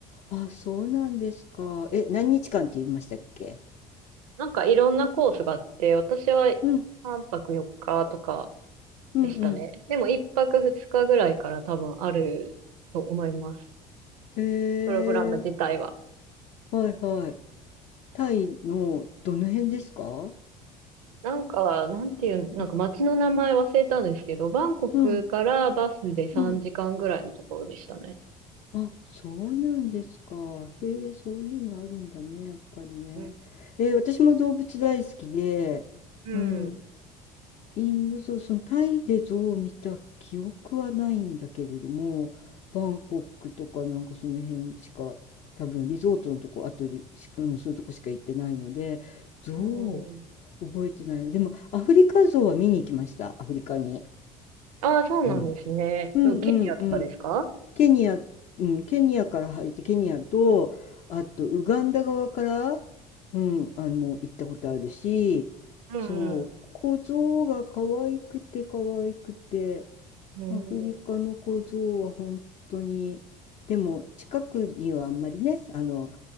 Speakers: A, on the left; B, on the right.
A: あ、そうなんですか。え、何日間って言いましたっけ？
B: なんかいろんなコースがあって、私は3泊4日とか
A: うん、うんうん。
B: でしたね。でも1泊2日ぐらいから多分あると思います。
A: へ
B: プログラム自体は。
A: えー、はいはい。タイのどの辺ですか？
B: なんか、なんていう、なんか街の名前忘れたんですけど、
A: うん、
B: バンコクからバスで3時間ぐらいのところでしたね。
A: うん、うん。あ、そうなんですか。へえ、そういうのあるんだね、やっぱりね。
B: うん。
A: え、私も動物大好きで、
B: うん
A: うん、インドゾそのタイでゾウを見た記憶はないんだけれども、バンコクとかなんかその辺しか、多分リゾートのとこ、あとリうん、そういうとこしか行ってないので、ゾウ、
B: うん。
A: 覚えてないな。でも、アフリカゾウは見に行きました、アフリカに。
B: ああ、そうなんですね。
A: うん。うんうんうん。
B: でもケニアとかですか
A: ケニア、うん、ケニアから入ってケニアとあとウガンダ側から、うん、あの行ったことあるしそう小僧が可愛くて可愛くて
B: うん。うん。
A: アフリカの小僧は本当にでも近くにはあんまりねあの、